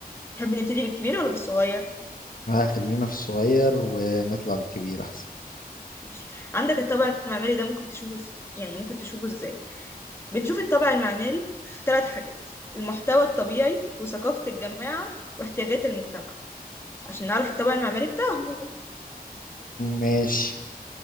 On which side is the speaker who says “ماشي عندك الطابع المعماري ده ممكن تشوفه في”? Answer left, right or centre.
Left